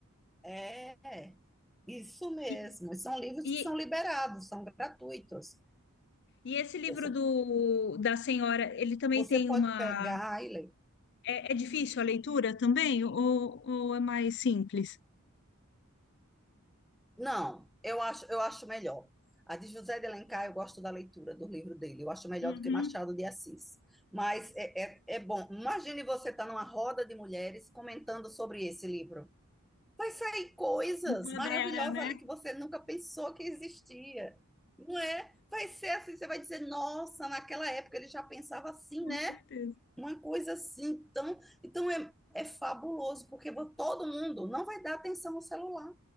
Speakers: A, in the centre; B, on the left (about 50°).
A: é, é. Isso mesmo.
B: E,
A: E são livros
B: e,
A: que são liberados, são gratuitos.
B: e esse livro
A: Você,
B: do, da senhora, ele também
A: você
B: tem
A: pode
B: uma.
A: pegar e ler.
B: É, é difícil a leitura também? Ou, ou é mais simples?
A: Não, eu acho, eu acho melhor. A de José de Alencar,
B: Tá.
A: eu gosto da leitura do livro dele. Eu acho melhor
B: Uhum.
A: do que Machado de Assis. Mas é, é, é bom. Imagine você estar numa roda de mulheres comentando sobre esse livro. Vai sair coisas
B: Empodera,
A: maravilhosas
B: né?
A: ali que você nunca pensou que existia. Não é? Vai ser assim, você vai dizer, nossa, naquela época ele já pensava assim,
B: Com
A: né?
B: certeza.
A: Uma coisa assim, então, então é, é fabuloso, porque vo- todo mundo não vai dar atenção ao celular.